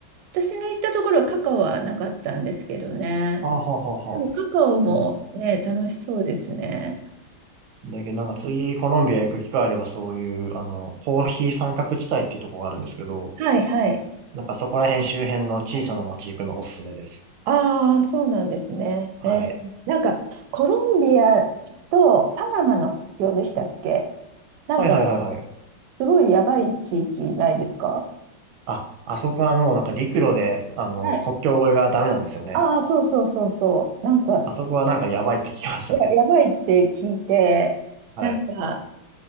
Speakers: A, on the right (about 70°); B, on the right (about 80°).
A: 私の行ったところはカカオはなかったんですけどね。
B: ああ、はあはあは
A: でもカカオもね、
B: あ。
A: 楽しそうですね。
B: だけどなんか次コロンビア行く機会あればそういう、あの、コーヒー三角地帯っていうところがあるんですけど、
A: はいはい。
B: なんかそこら辺周辺の小さな町行くのおすすめです。
A: ああ、そうなんですね。
B: はい。
A: えーなんか、コロンビアとパナマの国境でしたっけなんか、
B: はいはいはいはい。
A: すごいやばい地域ないですか
B: あ、あそこはもうなんか陸路で、あの、
A: はい。
B: 国境越えがダメなんですよね。
A: ああ、そうそうそうそう。なんか、
B: あそこはなんかやばいって聞きましたね。
A: や、やばいって聞いて、
B: はい。
A: なんか、